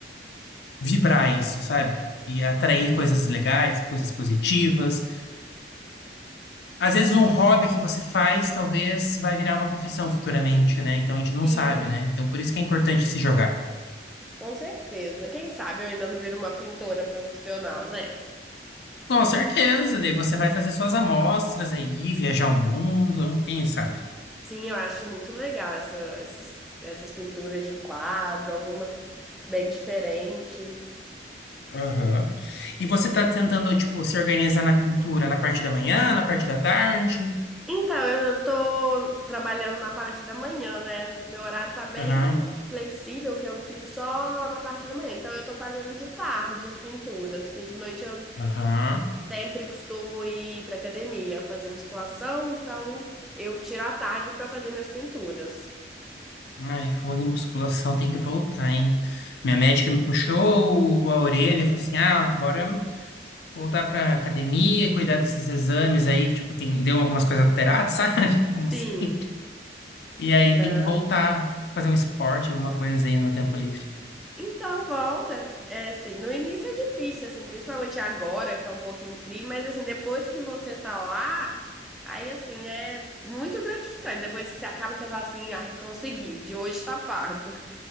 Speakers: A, on the left; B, in the centre.
A: vibrar isso, sabe? E atrair coisas legais, coisas positivas. Às vezes um hobby que você faz, talvez vai virar uma profissão futuramente, né? Então a gente não
B: Sim,
A: sabe, né? Então por isso que é importante se jogar.
B: com certeza. Quem sabe eu ainda não viro uma pintora profissional, né?
A: Com certeza, daí você vai fazer suas amostras aí, viajar o mundo, quem sabe?
B: Sim, eu acho muito legal essa, esses- essas pinturas de quadro, algumas bem diferentes.
A: Aham. E você está tentando, tipo, se organizar na pintura na parte da manhã, na parte da tarde?
B: Então, eu tô trabalhando na parte da manhã, né? Meu horário tá bem
A: Aham,
B: flexível, que eu fico só na parte da manhã. Então, eu tô fazendo de tarde as pinturas, porque de noite eu
A: aham.
B: sempre costumo ir para academia, fazer musculação, então eu tiro a tarde para fazer minhas pinturas.
A: Ai, falando em musculação, tem que voltar, hein? Minha médica me puxou a orelha, falou assim: ah, bora voltar pra academia, cuidar desses exames aí, tipo, tem, deu algumas coisas alteradas, <laughs> sabe? Como assim?
B: Sim,
A: E aí
B: não.
A: tem que voltar, fazer um esporte, alguma coisa aí no meu tempo livre.
B: Então volta, é assim, no início é difícil, assim, principalmente agora que tá um pouquinho frio, mas assim, depois que você tá lá, aí assim, é muito gratificante. Depois que você acaba, você fala assim, ai, consegui, o de hoje tá pago.